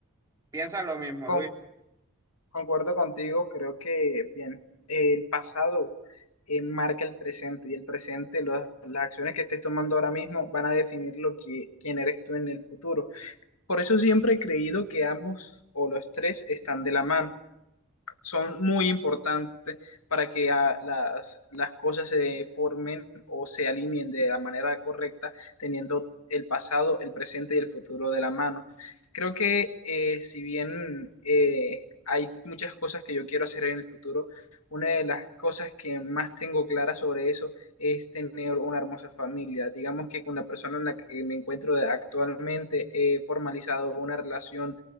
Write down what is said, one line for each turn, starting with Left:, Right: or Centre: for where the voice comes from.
Right: Piensa lo mismo,
Left: Con-
Right: Luis.
Left: concuerdo contigo, creo que, bien, el pasado eh, marca el presente y el presente, lo- las acciones que estés tomando ahora mismo van a definir lo que, quién eres tú en el futuro. Por eso siempre he creído que ambos o los tres están de la mano son muy importantes para que ah, las, las cosas se formen o se alineen de la manera correcta, teniendo el pasado, el presente y el futuro de la mano. Creo que eh, si bien eh, hay muchas cosas que yo quiero hacer en el futuro, una de las cosas que más tengo clara sobre eso es tener una hermosa familia. Digamos que con la persona en la que me encuentro actualmente he formalizado una relación